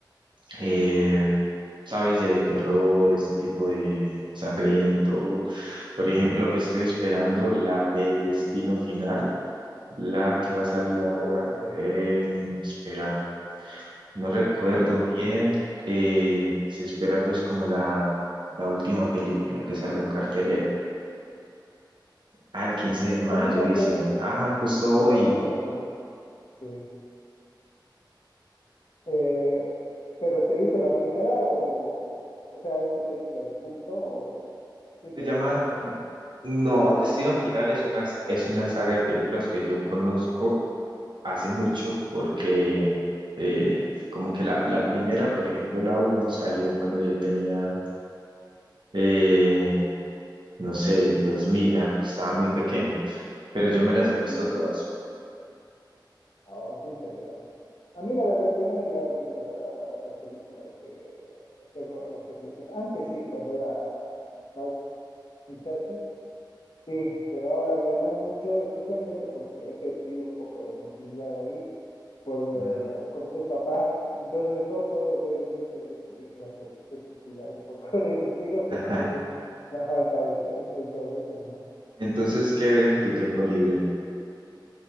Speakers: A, on the right (about 75°); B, on the left (about 80°).
A: eh, sabes, de terror, este tipo de sangriento. Por ejemplo, estoy esperando la de Destino Final. La que va a salir ahora,
B: Oh, ya.
A: en- espera, no recuerdo bien, eh, se espera pues como la, la última película que salga en cartelera. Al 15 de mayo
B: A mí también
A: dicen, ah, justo
B: me
A: hoy.
B: llamaría la atención, sí. Eh, pero ¿te viste la primera o, o sea, es tu película de culto o simplemente
A: Se llama,
B: por,
A: no, Destino Final es una, es una saga de películas que yo conozco hace mucho porque eh, como que la, la primera, por ejemplo, la uno salió cuando yo tenía... eh, no sé, 2000, ah, estaba muy pequeño. pero yo me las he visto todas.
B: ah, qué interesante. A mí la verdad ya no me llaman mucho la- las películas de terror, las secretas. Antes sí, cuando era más muchacho, Sí, pero ahora ya no mucho, especialmente porque he perdido un poco de continuidad ahí, por eh,
A: Mm,
B: como soy papá, entonces no puedo ver mucho esas películas porque tengo que cuidar un poco <laughs> de mis hijos,
A: Ajá.
B: entonces la falta de tiempo y todo eso, ¿no?
A: Entonces, ¿qué ves en tu tiempo libre?